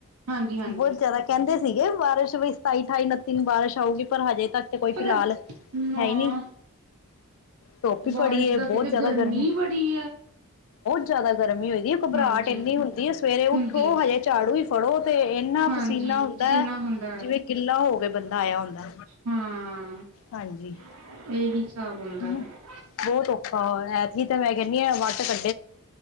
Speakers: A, on the right; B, on the left.
A: ਹਾਂਜੀ-ਹਾਂਜੀ
B: ਬੌਤ ਜਾਦਾ ਕਹਿੰਦੇ ਸੀਗੇ ਬਾਰਿਸ਼ ਵੀ ਸਤਾਈ, ਅਠਾਈ, ਉਨੱਤੀ ਨੂੰ ਬਾਰਿਸ਼ ਆਊਗੀ, ਪਰ ਹਜੇ ਤੱਕ ਤੇ ਕੋਈ
A: ਪਰ
B: ਫਿਲਹਾਲ
A: ਨਾ
B: ਹੈ ਈ ਨੀ। ਧੁੱਪ ਈ
A: ਬਾਰਿਸ਼
B: ਬੜੀ ਏ,
A: ਦਾ
B: ਬੌਤ
A: ਕਿਤੇ
B: ਜਾਦਾ ਗਰਮੀ।
A: ਬੜੀ ਐ
B: ਜਾਦਾ ਗਰਮੀ ਹੋਈਦੀ ਏ, ਘਬਰਾਟ
A: ਹਾਂਜੀ
B: ਏਨੀ ਹੁੰਦੀ ਏ ਸਵੇਰੇ ਉੱਠੋ
A: ਹੁੰਦੀ
B: ਹਜੇ ਝਾੜੂ ਹੀ ਫੜੋ, ਤੇ ਏਨਾ
A: ਹਾਂਜੀ
B: ਪਸੀਨਾ ਨਾ
A: ਪਸੀਨਾ
B: ਹੁੰਦੈ
A: ਹੁੰਦਾ ਹੈ
B: ਜਿਵੇਂ ਗਿੱਲਾ ਹੋ ਕੇ ਬੰਦਾ ਆਇਆ ਹੁੰਦਾ।
A: ਹਾਂ
B: ਹਾਂਜੀ,
A: ਇਹੀ ਹਿਸਾਬ ਹੁੰਦਾ
B: ਹੂੰ
A: ਹੈ
B: ਬੌਤ ਔਖਾ ਐਤਕੀ ਤਾਂ ਮੈਂ ਕਿੰਨੀ ਆ ਵੱਟ ਕੱ